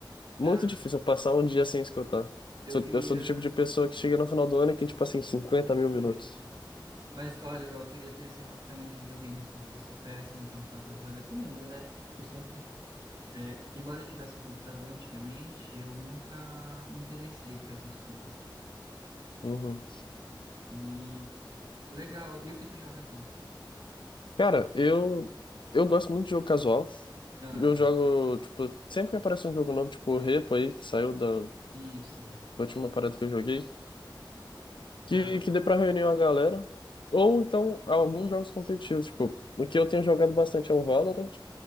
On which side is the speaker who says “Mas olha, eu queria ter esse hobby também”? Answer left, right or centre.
Right